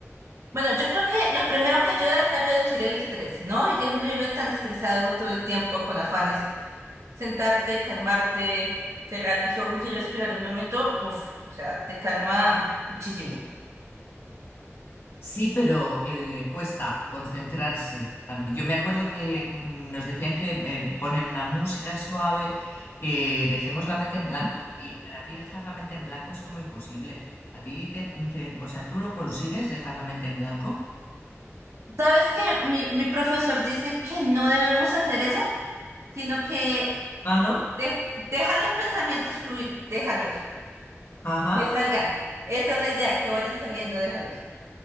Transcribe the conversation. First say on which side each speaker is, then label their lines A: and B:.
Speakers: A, on the right; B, on the left.
A: Bueno, yo creo que lo primero que ayuda es a reducir el estrés, ¿no? Hoy día uno vive tan estresado todo el tiempo con afanes. Sentarte, calmarte, cerrar los ojos y respirar un momento, uff, o sea, te calma muchísimo.
B: Sí, pero eh, cuesta concentrarse. A mí- Yo me acuerdo que mm, nos decían que eh, ponen una música suave, que dejemos la mente en blanco. Y para mí dejar la mente en blanco es como imposible. A ti te, te- o sea, ¿tú lo consigues dejar la mente en blanco?
A: ¿Sabes qué? Mi, mi profesor dice que no debemos hacer eso, sino que
B: Ah, ¿no?
A: de- deja los pensamientos fluir, déjalos,
B: Ajá.
A: que salgan. Esa es la idea, que vayan saliendo, déjalos,